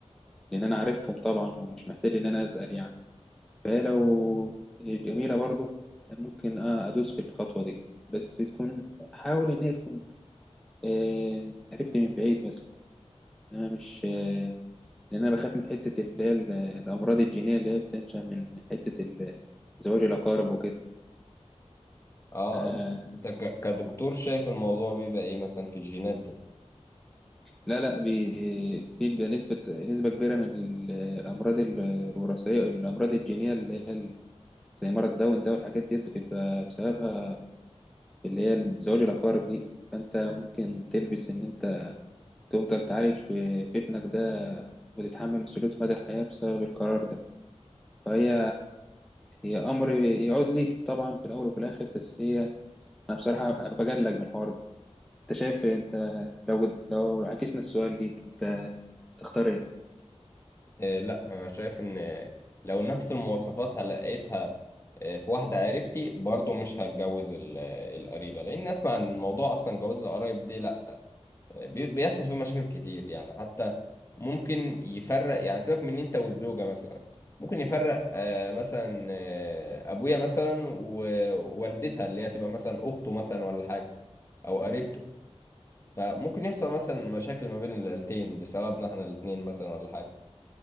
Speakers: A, in the centre; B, on the left.
A: لان انا عارفهم طبعا ومش محتاج ان انا اسال يعني فهي لو جميله برضه ممكن آه ادوس في الخطوه دي بس تكون حاول ان هي تكون آه قربت من بعيد مثلا انا مش آه لان انا بخاف من حته اللي هي ال- الامراض الجينيه اللي هي بتنشا من حته ال- زواج الاقارب
B: اه
A: وكده
B: انت انت ك- كدكتور شايف الموضوع بيبقى ايه مثلا في الجينات دي
A: لا لا بي- بيبقى نسبة نسبة كبيرة من ال- الأمراض ال- الوراثية الأمراض الجينية اللي هي ال- زي مرض داون ده والحاجات ديت بتبقى بسببها اللي هي زواج الأقارب دي فأنت ممكن تلبس إن أنت تفضل تعالج في, في ابنك ده وتتحمل مسؤولية مدى الحياة بسبب القرار ده فهي هي أمر يعود ليك طبعا في الأول وفي الآخر بس هي أنا بصراحة بجلج من الحوار ده أنت شايف إيه؟ أنت لو لو عكسنا السؤال ليك أنت تختار إيه؟
B: آه، لا انا شايف ان آه، لو نفس المواصفات لقيتها آه، في واحده قريبتي برضه مش هتجوز ال- آه، القريبه لان اسمع عن الموضوع اصلا جواز القرايب دي لا بي- بيحصل فيه مشاكل كتير يعني حتى ممكن يفرق يعني سيبك من إن انت والزوجة مثلا ممكن يفرق آه، مثلا آه، ابويا مثلا ووالدتها اللي هي تبقى مثلا اخته مثلا ولا حاجة او قريبته فممكن يحصل مثلا مشاكل ما بين العيلتين بسببنا احنا الاتنين مثلا ولا حاجة